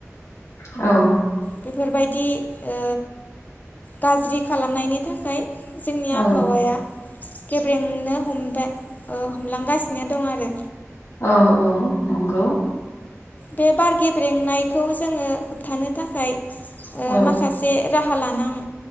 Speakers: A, on the left; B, on the left.
A: औ
B: बेफोरबायदि ओ गाज्रि खालामनायनि थाखाय जोंनि आबहावाया
A: औ
B: गेब्रेंनो हमबाय ओ हमलांगासिनो दं आरो
A: औ औ नंगौ
B: बे बार गेब्रेंनायखौ जोङो होबथानो थाखाय ओ
A: औ
B: माखासे राहा हालानां